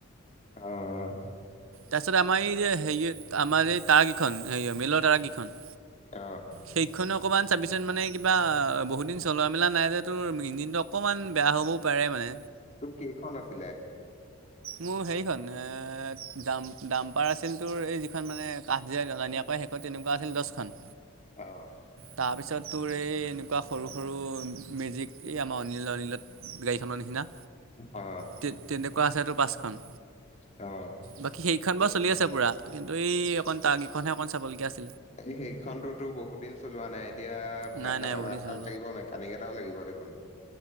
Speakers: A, on the left; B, on the right.
A: অ', অ',
B: তাৰপিছত আমাৰ এই যে হেৰি আমাৰ এই তাৰাকেইখন হেৰি মিলৰ তাৰাকেইখন।
A: অ',।
B: সেইখনো অকমান চাবিচোন মানে কিবা বহুত দিন চলোৱা মেলা নাই, যেতো ইঞ্জিনটো অকণমান বেয়া হ'বও পাৰে মানে।
A: তোক কেইখন আছিলে?
B: মোৰ হেৰিখন এ ডাম্পাৰ আছিল তোৰ এই খন মানে কাঠ যে শেষত তেনেকুৱা আছিল দছখন।
A: অ',।
B: তাৰপিছত তোৰ এই এনেকুৱা সৰু সৰু মেজিক, এই আমাৰ অনিল, অনিলত গাড়ীখনৰ নিচিনা
A: অ
B: তে তেনেকুৱা আছেতো পাছখন।
A: অ',।
B: বাকী সেইখন
A: সেই-
B: বাৰু চলি আছে পুৰা, কিন্তু এই অকণ, তাৰ কেইখনহে অকণ চাবলগীয়া আছে।
A: এই, সেইখনতো তোৰ বহুত দিন চলোৱা নাই, এতিয়া ভাল
B: নাই
A: ড্ৰাইভাৰ
B: নাই বহুত দিন
A: এটাও
B: চলা
A: লাগিব নাই? কানিক এটাও লাগিব দেখোন?